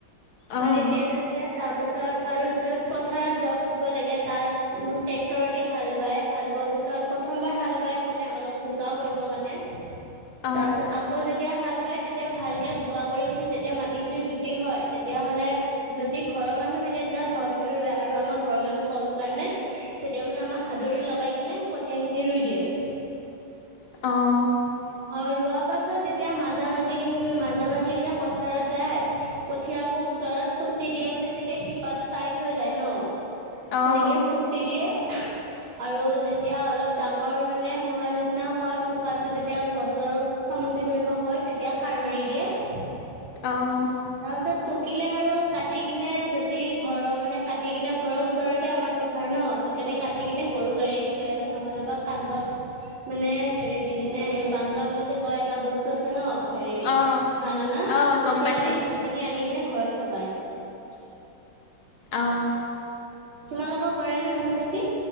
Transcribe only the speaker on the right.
পানীত
তিয়াই থৈ দিলে, তাৰ পিছত আৰু য'ত পথাৰত ৰোৱা পুতিব লাগে তাত ট্ৰেক্টৰ দি হাল বাই হাল বোৱাৰ পাছত প্ৰথমবাৰ হাল বাই মানে অলপ বোকাও কৰিবৰ কাৰণে।
তাৰপিছত আকৌ যেতিয়া হাল বাই তেতিয়া ভালকে বোকা কৰি উঠি যেতিয়া মাটি খিনি জুতি হয়, তেতিয়াহ'লে যদি ঘৰৰ মানুহ থাকে তেতিয়াহ'লে ঘৰৰ মানুহে ৰুৱে আৰু আমাৰ ঘৰৰ মানুহ কম কাৰণে তেতিয়া মানে আমাৰ হাদৰি লগাই কিনে কঠীয়া খিনি ৰুই দিয়ে।
আৰু ৰোৱা পাছত তেতিয়া মাজে, মাজি কিন মাজা, মাজি কিনে পথাৰত যায় কঠিয়াবোৰ ওচৰত সচি দিয়ে মানে তেতিয়া শিপাটো টাইট হৈ যায় ন।
সেনেকে সচি দিয়ে। আৰু যেতিয়া অলপ ডাঙৰ মানে হোৱা নিচিনা হয়, <unintelligible> যেতিয়া তেতিয়া গছৰ খামুচি ধৰিব হয়, তেতিয়া সাৰ মাৰি দিয়ে।
তাৰপিছত পকিলে আৰু কাটি কিনে যদি ঘৰৰ মানে কাটি কিনে ঘৰৰ ওচৰতে আমাৰ পথাৰ ন! সেইকাৰণে কাটি কিনে গৰু গাড়ী দি লৈ আহে নহ'লে বা কান্ধত মানে হেৰি দি নে, এই বাংকা বুলি যে, কয় এটা বস্তু আছে ন। হেৰি
ধান অনা,
সেয়া
দি ধান খিনি আনি কেনে ঘৰত চপায়।
তোমালোকৰ কৰেনে ধান খেতি?